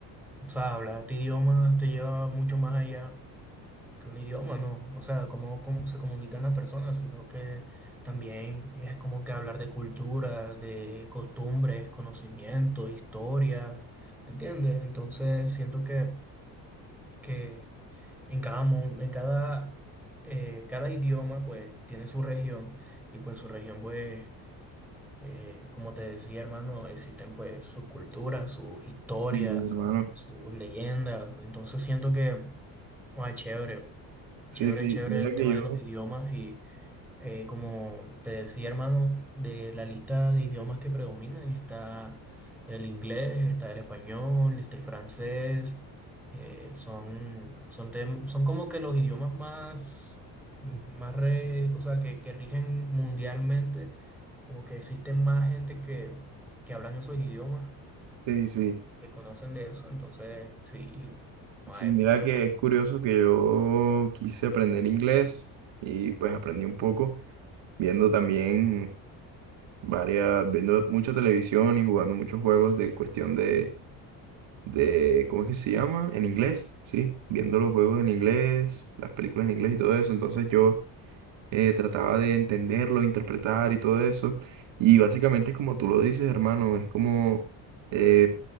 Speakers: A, in the centre; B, on the right.
A: o sea, hablar de idiomas te lleva mucho más allá que un idioma, ¿no? O sea, cómo, cómo se comunican las personas, sino que también es como que hablar de cultura, de costumbres, conocimiento, historias, ¿entiendes? Entonces siento que, que en cada, mun- en cada, eh, cada idioma pues tiene su región y pues en su región pues, eh, como te decía hermano, existen pues sus culturas, sus historias,
B: Sí, hermano.
A: sus leyendas, entonces siento que, ah, chévere.
B: Sí,
A: Chévere,
B: sí,
A: chévere
B: mira
A: el
B: que
A: tema
B: yo,
A: de los idiomas y eh, como te decía hermano, de la lista de idiomas que predominan está el inglés, está el español, está el francés, eh, son, son, tem- son como que los idiomas más, más re- o sea, que, que rigen mundialmente, como que existe más gente que, que hablan esos idiomas,
B: sí, sí,
A: que conocen de eso, entonces sí, más
B: sí,
A: épico
B: mira
A: hermano.
B: que es curioso que yo quise aprender inglés y pues aprendí un poco viendo también varias, viendo mucha televisión y jugando muchos juegos de cuestión de, de, ¿cómo es que se llama? En inglés, sí, viendo los juegos en inglés, las películas en inglés y todo eso. Entonces yo eh, trataba de entenderlo, interpretar y todo eso. Y básicamente es como tú lo dices, hermano, es como eh,